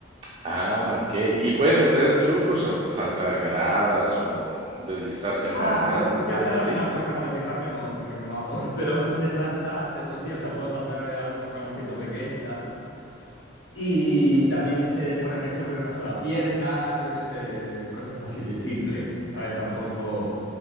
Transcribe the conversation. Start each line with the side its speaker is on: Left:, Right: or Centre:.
Right: Ah, okey. ¿Y puedes hacer trucos, sa saltar gradas o deslizarte en
Left: Ah,
Right: barandas,
Left: pues sé
Right: cosas
Left: hacer alguna
Right: así?
Left: cosa, no deslizarme no, porque me mato. <laughs> Pero sé saltar, eso sí, o sea, puedo saltar algún escaloncito pequeño y tal. Y también sé ponerme sobre una sola pierna, yo qué sé, cosas así simples, ¿sabes? Tampoco...
Right: Ah,